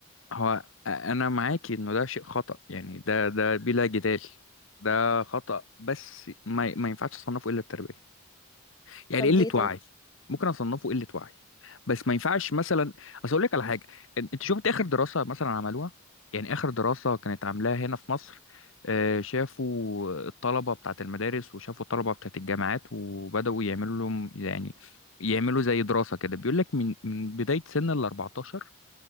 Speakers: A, on the left (about 65°); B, on the left (about 20°).
A: هو انا معاكي انه ده شيء خطأ يعني ده ده بلا جدال ده خطأ بس ما ما ينفعش اصنفه الا التربية يعني
B: طب
A: قلة
B: ليه طيب
A: وعي ممكن اصنفه قلة وعي بس ما ينفعش مثلا اصل اقول لك على حاجة إن- انت شفت اخر دراسة مثلا عملوها يعني اخر دراسة كانت عاملاها هنا في مصر آه، شافوا الطلبة بتاعة المدارس وشافوا الطلبة بتاعة الجامعات وبدأوا يعملوا لهم يعني يعملوا زي دراسة كده بيقول لك من من بداية سن ال 14